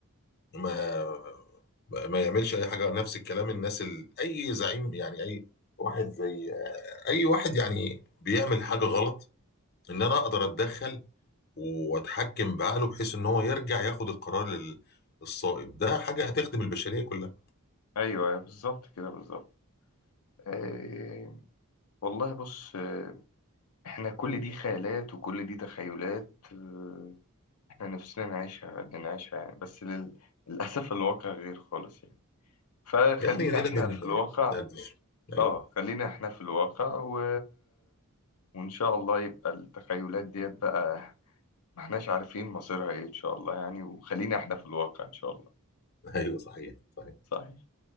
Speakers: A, on the left; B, on the left.
A: ما ما يعملش اي حاجه نفس الكلام الناس ال... اي زعيم يعني اي واحد زي اي واحد يعني بيعمل حاجه
B: مم.
A: غلط ان انا اقدر اتدخل واتحكم بعقله بحيث ان هو يرجع ياخد القرار لل- الصائب ده حاجه هتخدم البشريه كلها
B: ايوه أيوة، بالظبط كده بالظبط آه والله بص آه، احنا كل دي خيالات وكل دي تخيلات آه، احنا نفسنا نعيشها نعيشها يعني بس لل- للأسف الواقع غير خالص يعني فخلينا
A: يعني دي
B: احنا
A: لازم-
B: في
A: ده-
B: الواقع
A: ده- ايوه
B: اه خلينا احنا في الواقع و... وإن شاء الله يبقى التخيلات ديت بقى ما احناش عارفين مصيرها ايه إن شاء الله يعني وخلينا احنا في الواقع إن شاء الله
A: ايوه صحيح صحيح
B: صحيح